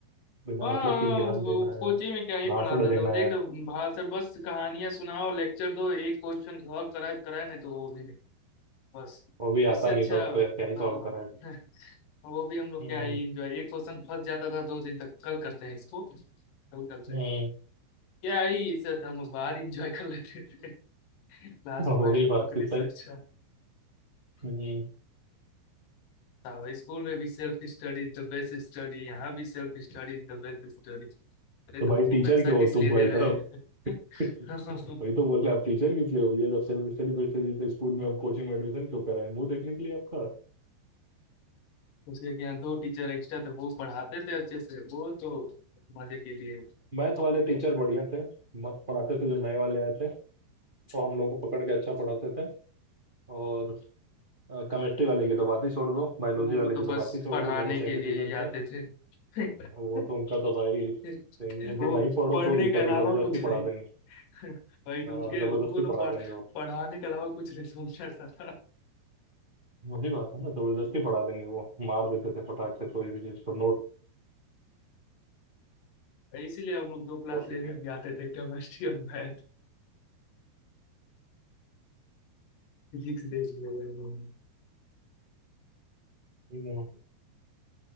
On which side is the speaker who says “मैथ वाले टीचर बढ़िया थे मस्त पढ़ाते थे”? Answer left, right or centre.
Right